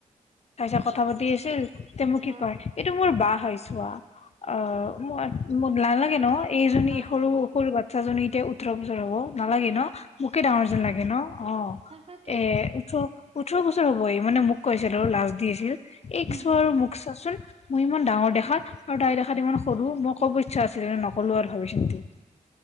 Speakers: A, on the left; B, on the right.
A: তাই পিছত কথা পাতি আছিল তে মোক কি
B: অ
A: কয় এইটো মোৰ বা হৈ চোৱা আহ নালাগে ন এইজনী
B: অ
A: সৰু সৰু বাচ্ছা জনি এতিয়া ওঠৰ বছৰ হব নালাগে ন। মোকে ডাঙৰ
B: অ',
A: যেন লাগে ন অ
B: তাকেতোন
A: এ ওঠৰ -ওঠৰ বছৰ হব এই মানে মোক কৈছিল আৰু লাজ দি আছিল এই
B: উম
A: চোৱা আৰু মোক চাচোন মই ইমান ডাঙৰ দেখা আৰু তাইৰ দেখাত ইমান কৰো মই ক'ব ইচ্ছা আছিলে নক'লো আৰু ভাবি চিন্তি।